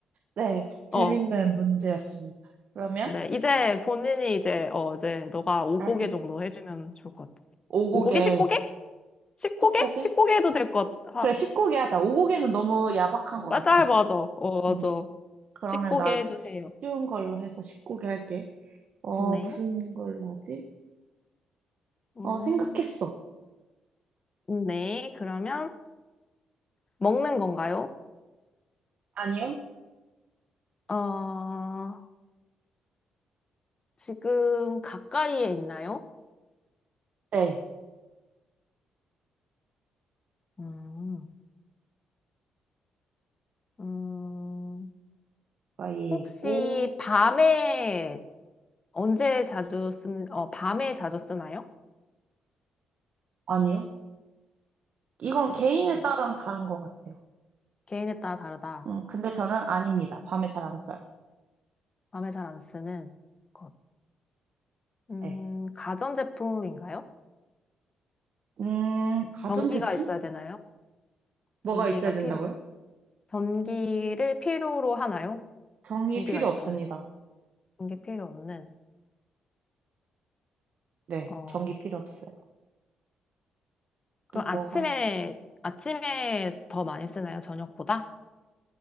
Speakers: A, on the right (about 60°); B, on the left (about 35°).
A: 네 재밌는
B: 어,
A: 문제였습니다. 그러면
B: 네. 이제 본인이 이제, 어, 이제 너가 5고개
A: 알겠어.
B: 정도 해주면 좋을 것 같아.
A: 오곡에,
B: 5고개? 10고개? 10고개?
A: 10곡에?
B: 십 고개 해도 될 것 같아.
A: 그래, 10곡에 하자. 오곡에는 너무 야박한 것
B: 맞아,
A: 같아.
B: 맞아. 어, 맞아.
A: 응. 그러면
B: 10고개
A: 나
B: 해주세요.
A: 쉬운 걸로 해서 10곡에 할게. 어,
B: 네.
A: 무슨 걸로 하지?
B: 음.
A: 어, 생각했어.
B: 네, 그러면 먹는 건가요?
A: 아니요?
B: 어, 지금 가까이에 있나요?
A: 네.
B: 음, 음,
A: 가이에
B: 혹시
A: 있고,
B: 밤에 언제 자주 쓰는, 어, 밤에 자주 쓰나요?
A: 아니요. 이건 개인에
B: 네.
A: 따라 다른 것 같아요.
B: 개인에 따라 다르다.
A: 음, 근데 저는 아닙니다. 밤에 잘 안 써요.
B: 밤에 잘 안 쓰는 것. 음,
A: 네.
B: 가전제품인가요?
A: 음, 가전제품?
B: 전기가 있어야 되나요?
A: 뭐가
B: 전기가
A: 있어야 된다고요?
B: 필요한. 전기를 필요로 하나요?
A: 전기
B: 전기가
A: 필요
B: 있어야
A: 없습니다.
B: 돼요. 전기 필요 없는.
A: 네,
B: 어,
A: 전기 필요 없어요.
B: 그럼
A: 또
B: 아침에,
A: 뭐가?
B: 아침에 더 많이 쓰나요? 저녁보다?